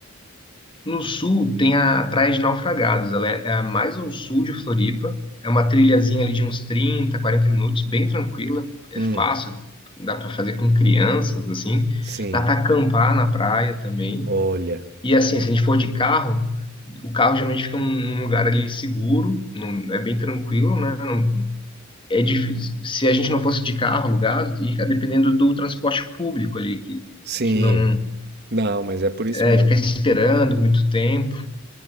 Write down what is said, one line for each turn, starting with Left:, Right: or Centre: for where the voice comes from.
Left: no sul tem a Praia de Naufragados. Ela é, é a mais ao sul de Floripa. É uma trilhazinha ali de uns 30, 40 minutos, bem tranquila. É
Right: Hum,
Left: fácil, dá para fazer com crianças, assim.
Right: sim.
Left: Dá para acampar na praia também.
Right: Olha,
Left: E assim, se a gente for de carro, o carro geralmente fica num num lugar ali seguro, num- é bem tranquilo, né? Não é difícil. Se a gente não fosse de carro alugado, ia dependendo do transporte público ali, que,
Right: sim.
Left: que não
Right: Não, mas é por isso
Left: é,
Right: mesmo.
Left: ficar esperando muito tempo.